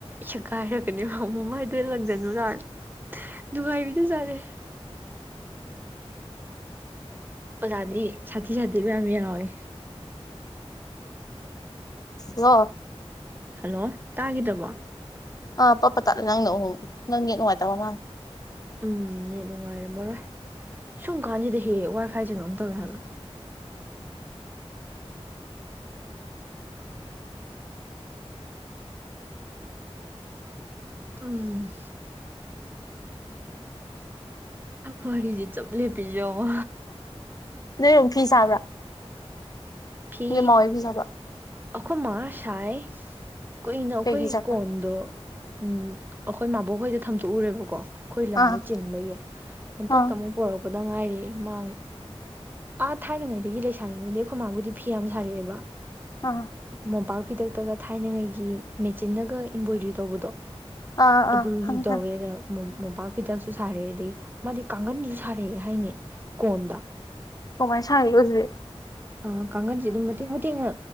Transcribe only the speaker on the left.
ꯋꯥ
ꯑꯥ ꯄꯞꯄ ꯇꯥꯠꯂ ꯅꯪꯅ ꯎ ꯅꯪꯒꯤ ꯅꯨꯡꯉꯥꯏꯇꯕ ꯃꯥꯜ
ꯅꯣꯏꯔꯨꯛ ꯐꯤ ꯁꯥꯕ꯭ꯔꯥ꯫
ꯅꯣꯏ ꯃꯥ ꯍꯣꯏ ꯐꯤ ꯁꯥꯕ꯭ꯔꯥ
ꯀꯩ ꯐꯤ ꯁꯥꯕ꯭ꯔꯥ
ꯑꯥ
ꯑꯥ
ꯑ꯫
ꯑꯥ ꯑꯥ
ꯈꯪꯉꯦ
ꯈꯪꯉꯦ
ꯀꯃꯥꯏ ꯁꯔꯤꯕ ꯑꯗꯨꯗꯗꯤ꯫